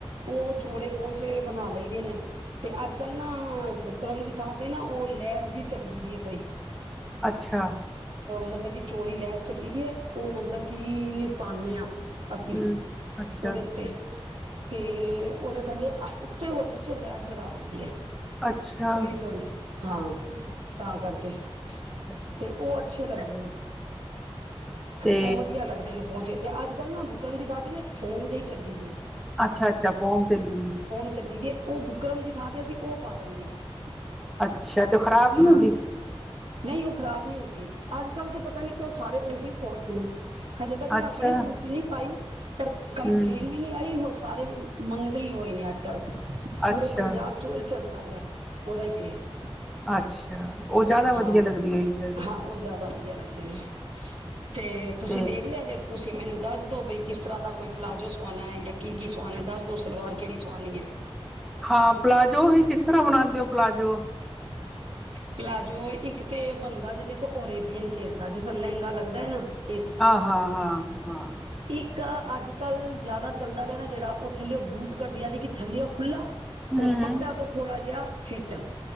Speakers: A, on the right; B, in the centre.
A: ਉਹ ਚੋੜੇ ਪੋਚੇ ਬਣਾ ਲਈ ਦੇਨੇ ਤੇ ਅੱਜ ਕੱਲ੍ਹ ਨਾ ਬੁਕਰਮ ਦੀ ਥਾਂ ਤੇ ਨਾ ਉਹ ਲੈਸ ਜਿਹੀ ਚੱਲੀ ਦੀ ਹੈ ਕੋਈ।
B: ਅੱਛਾ।
A: ਮਤਲਬ ਕਿ ਚੋੜੀ ਲੈਸ ਚੱਲੀ ਦੀ ਏ ਉਹ ਮਤਲਬ ਕੀ ਪਾਨੇ ਆ। ਅੱਸੀ
B: ਹਮ ਅੱਛਾ
A: ਉਦੇ ਉਤੇ। ਤੇ ਉਹਦੇ ਥੱਲੇ ਹੋਰ ਨੀਚੇ ਲੈਸ ਲਗਾ ਦਿੰਨੀ ਆ
B: ਅੱਛਾ
A: ਥੋੜ੍ਹੀ-ਥੋੜ੍ਹੀ
B: ਅੱਛਾ
A: ਹਾਂ ਤਾਂ ਕਰਕੇ
B: ਅੱਛਾ
A: ਤੇ ਉਹ ਅੱਛ ਛੇ ਲੱਗਦੇ ਨੇ।
B: ਤੇ
A: ਉਹ ਵਧੀਆ ਲੱਗਦੇ ਨੇ ਪਹੁੰਚੇ। ਤੇ ਅੱਜ ਕੱਲ੍ਹ ਨਾ ਬੁਕਲਮ ਦੀ ਥਾ ਤੇ ਨਾ ਇੱਕ ਫੋਨ ਜਿਹੀ ਚੱਲੀ ਦੀ ਏ।
B: ਅੱਛਾ-ਅੱਛਾ ਫੋਰਮ ਚਲੀ ਦੀਏ।
A: ਚੱਲੀ ਦੀ ਹੈ ਉਹ ਬੁਕਰਮ ਦੀ ਥਾਂ ਤੇ ਅਸੀਂ ਉਹ ਪਾ ਦਿੰਨੇ ਹਾਂ।
B: ਅੱਛਾ ਤੇ ਉਹ ਖਰਾਬ ਨੀ
A: ਹਾਂ
B: ਹੁੰਦੀ
A: ਨਹੀਂ ਉਹ ਖਰਾਬ ਨਹੀਂ ਹੁੰਦੀ ਅੱਜ ਕੱਲ੍ਹ ਤਾਂ ਪਤਾ ਨਹੀਂ ਕਿ ਉਹ ਸਾਰੇ ਉਹੀ <unintelligible> ਹਜੇ ਤੱਕ ਮੈਂ
B: ਅੱਛਾ
A: ਆਪਣੇ ਸੂਟ ਚ ਨਹੀਂ ਪਾਈ। ਪਰ ਕੰਪਲੇਨ
B: ਹਮ
A: ਵੀ ਨੀ ਆਈ ਹੋਰ ਸਾਰੇ ਮੰਗਦੇ ਹੀ ਹੋਏ ਨੇ ਅੱਜ ਕੱਲ੍ਹ ਪੂਰੇ
B: ਅੱਛਾ
A: ਪੰਜਾਬ ਚ ਉਹ ਹੀ ਚੱਲਦਾ ਪਿਆ। ਉਹਦਾ ਹੀ ਕਰੇਜ਼
B: ਅੱਛਾ ਉਹ ਜ਼ਿਆਦਾ ਵਧੀਆ
A: ਹਾਂ
B: ਲੱਗਦੀ ਹੋਏਗੀ ਫਿਰ।
A: ਹਾਂ ਉਹ ਜ਼ਿਆਦਾ ਵਧੀਆ ਲੱਗਦੇ ਨੇ। ਤੇ ਤੁਸੀਂ
B: ਤੇ
A: ਦੇਖ ਲਿਆ ਜੇ ਤੁਸੀਂ ਮੈਨੂੰ ਦੱਸ ਦੋ ਬਈ ਕਿਸ ਤਰ੍ਹਾਂ ਦਾ ਕੋਈ ਪਲਾਜੋ ਸਵਾਣਾ ਹੈ ਜਾਂ ਕੀ ਕੀ ਸਵਾਣਾ ਹੈ ਦੱਸ ਦੋ ਸਲਵਾਰ ਕਿਹੜੀ ਸਵਾਣੀ ਹੈ
B: ਹਾਂ ਪਲਾਜ਼ੋ ਵੀ ਕਿਸ ਤਰ੍ਹਾਂ ਬਣਾਉਂਦੇ ਹੋ ਪਲਾਜ਼ੋ
A: ਪਲਾਜੋ ਇੱਕ ਤੇ ਬਣਦਾ ਜੇ ਦੇਖੋ ਓਰੇਬੀਅਨ ਘੇਰਦਾ ਜਿਸ ਤਰਾਂ ਲਹਿੰਗਾ ਲਗਦਾ ਹਨੈਣਾ <unintelligible>
B: ਆਹ ਹਾਂ ਹਾਂ ਹਾਂ
A: ਇੱਕ ਅੱਜ ਕੱਲ੍ਹ ਜ਼ਿਆਦਾ ਚੱਲਦਾ ਪਿਆ ਨਾ ਜਿਹੜਾ ਉਹ ਥੱਲਿਉ ਉਹ ਬੂਟ ਕੱਟ ਯਾਨੀ ਕਿ ਥੱਲਿਓ ਖੁੱਲ੍ਹਾ
B: ਹਮ
A: ਹੋਰ
B: ਹਮ
A: ਪੱਟਾ ਤੋਂ ਥੋੜਾ ਜਿਹਾ ਸੇਟੈ